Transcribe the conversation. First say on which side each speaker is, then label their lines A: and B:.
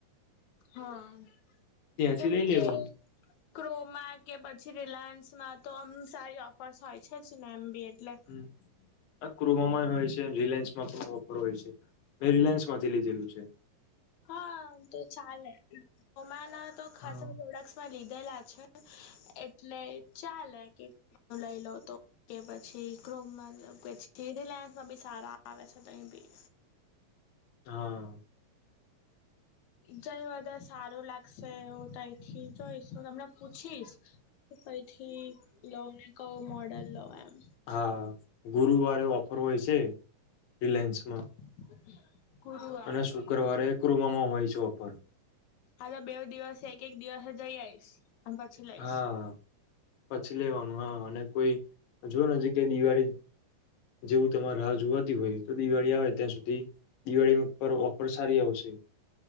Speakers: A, on the left; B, on the left.
A: હા
B: ત્યાંથી
A: કેમ
B: લઈ
A: કે
B: લેવાનું
A: ક્રોમા કે પછી રિલાયન્સમાં તો આમ સારી ઓફર્સ હોય છે જ ને એમ બી એટલે
B: હમ, આ ક્રોમામાં હોય છે રિલાયન્સ માં પણ ઓફર હોય છે મેં રિલાયન્સ માંથી લીધેલું છે
A: હા તો ચાલે હ રમાના તો ખાસા
B: હા
A: પ્રોડક્ટ લીધેલા છે એટલે ચાલે કેટું લઈ લઉ તો કે પછી ક્રોમબ કેછી રિલાયન્સમાં બી સારા આવે છે તહી બી
B: હા
A: જઈ બધા સારું લાગશે હું ત એથી જોઈશ હું તમને પૂછીશ કે કઈથી લોવ ને કયો મોડલ લો એમ
B: હા ગુરુવારે ઓફર હોય છે રિલાયન્સમાં
A: <inaudible> ગુરુવારે
B: અને શુક્રવારે ક્રોમામાં હોય છે ઓફર
A: હજુ બે દિવસ એક એક દિવસે જઈ આવીશ અને પછી લઈશ
B: હા પછી લેવાનું હા અને કોઈ જોઓ નજીક કે દિવાળી જેવું તમારે રાહ જોવાતી હોય તો દિવાળી આવે ત્યાં સુધી દિવાળી પર ઓફર સારી આવશે